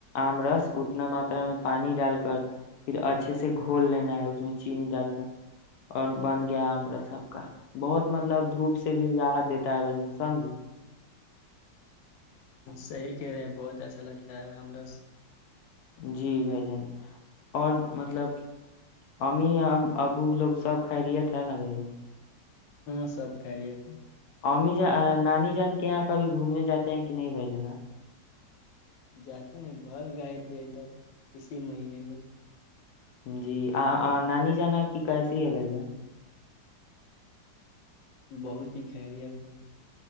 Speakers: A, on the left (about 70°); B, on the left (about 90°).
A: آم رس اتنا ماترا میں پانی ڈال کر پھر اچھے سے گھول لینا ہے اس میں چینی ڈال کر اور بن گیار سب کا بہت مطلب دھوپ سے بھی راحت دیتا ہے ب ہاں
B: صحیح رہے بہت اچھا لگتا ہے ہم <inaudible>
A: جی بھائی جان اور مطلب ہمیں ابو لوگ سب خیریت ہے نا بھائی جن
B: ہاں سب کھ رہیے تھ
A: امی ج نانی جان کے یہاں کبھی گھومنے جاتے ہیں کہ نہیں بھائی جناا
B: جاتے ہیں بھر گائے تھے ادھر اسی مہینے میں
A: جی نانی جان آپ کی کیسی ہے بھائی جان
B: بہت ہی خیریت ہے